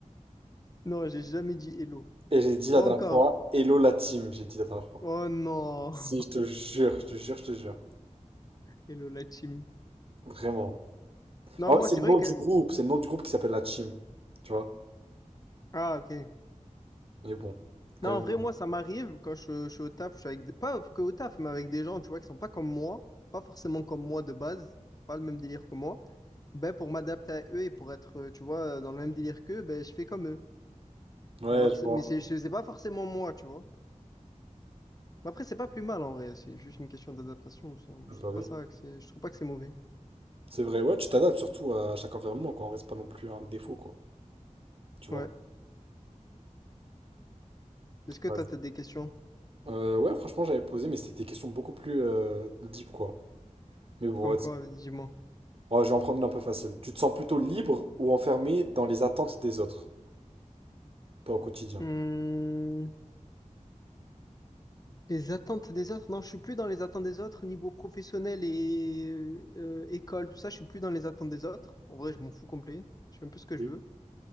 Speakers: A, on the left; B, on the right.
A: Non, j'ai jamais dit hello.
B: Et j'ai dit la
A: Pas
B: dernière
A: encore.
B: fois, hello la team, j'ai dit la dernière fois.
A: Oh non.
B: Si,
A: <laughs>
B: je te jure, je te jure, je te jure.
A: Hello la team.
B: Vraiment.
A: Non,
B: Ah ouais,
A: moi,
B: c'est
A: c'est
B: le
A: vrai
B: nom
A: que.
B: du groupe, c'est le nom du groupe qui s'appelle la team. Tu vois?
A: Ah, ok.
B: Mais bon, c'est quand
A: Non,
B: même
A: en vrai,
B: bien.
A: moi, ça m'arrive quand je, je suis au taf, je suis avec des... pas que au taf, mais avec des gens, tu vois, qui sont pas comme moi, pas forcément comme moi de base, pas le même délire que moi. Ben, pour m'adapter à eux et pour être, euh, tu vois, dans le même délire qu'eux, ben, je fais comme eux.
B: Ouais,
A: Mais alors,
B: je
A: c'est-
B: vois.
A: mais c'est c'est- c'est pas forcément moi, tu vois. Mais après, c'est pas plus mal, en vrai, c'est juste une question d'adaptation. ça.
B: Ouais,
A: Je
B: bah
A: trouve
B: oui.
A: pas ça que c'est, je trouve pas que c'est mauvais.
B: C'est vrai, ouais, tu t'adaptes surtout à chaque environnement, quoi. On reste pas non plus un défaut, quoi. Tu vois?
A: Ouais. Est-ce que
B: Vas-y.
A: toi, t'as des questions?
B: Euh, ouais, franchement, j'avais posé, mais c'était des questions beaucoup plus euh, deep, quoi. Mais bon,
A: Comme
B: vas-y.
A: quoi, vas-y, dis-moi.
B: Ouais, je vais en prendre une un peu facile. Tu te sens plutôt libre ou enfermé dans les attentes des autres, toi au quotidien?
A: Hmm. Les attentes des autres? Non, je suis plus dans les attentes des autres niveau professionnel et euh, euh, école, tout ça. Je suis plus dans les attentes des autres. En vrai, je m'en fous complet. Je fais un peu ce que je
B: Oui.
A: veux.